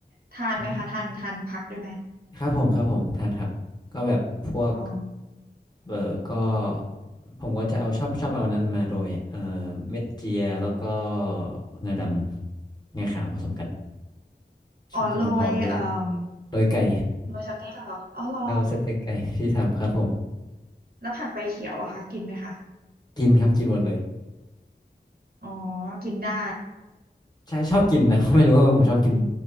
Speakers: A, on the right; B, on the left.
A: ทานไหมคะทานทานผักด้วยไหม
B: ใช่ครับผมครับผมทานครับก็แบบพวก
A: อ๋อ
B: เออก็ผมก็จะเอาชอบชอบเอานั้นมาโรยเออเม็ดเจียแล้วก็งาดำงาขาวผสมกันช่วยกินหอมๆด้วย
A: อ๋อโรยเอ่อ
B: โรยไก่
A: โรยสเต็กเหรออ๋อเหรอ
B: <laughs> เอาสเต็กไก่ที่ทำครับผม
A: แล้วผักใบเขียวอะคะกินไหมคะ
B: กินครับกินหมดเลย
A: อ๋อ กินได้
B: ใช่ชอบกินนะ <laughs> ไม่รู้ว่าผมชอบกิน